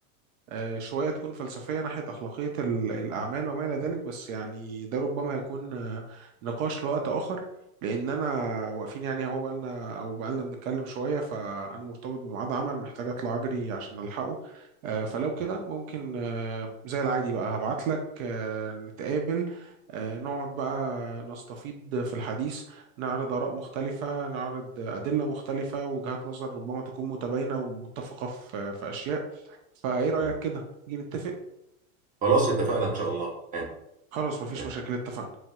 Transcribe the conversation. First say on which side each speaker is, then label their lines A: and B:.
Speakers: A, on the right; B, on the right.
A: آه، شوية تكون فلسفية ناحية أخلاقية ال- الأعمال وما إلى ذلك بس يعني ده ربما يكون آه، نقاش لوقت آخر لأن أنا واقفين يعني أهو بقالنا أو بقالنا بنتكلم شوية فأنا مرتبط بميعاد عمل محتاج أطلع أجري عشان ألحقه آه، فلو كده
B: م-
A: ممكن آه، زي العادي بقى هبعتلك آه، نتقابل آه، نقعد بقى نستفيض في الحديث نعرض آراء مختلفة نعرض أدلة مختلفة وجهات نظر ربما تكون متباينة ومتفقة في في أشياء فإيه رأيك
B: م.
A: كده؟ نيجي نتفق؟
B: خلاص اتفقنا ان شاء الله تمام
A: خلاص مفيش
B: تمام.
A: مشاكل اتفقنا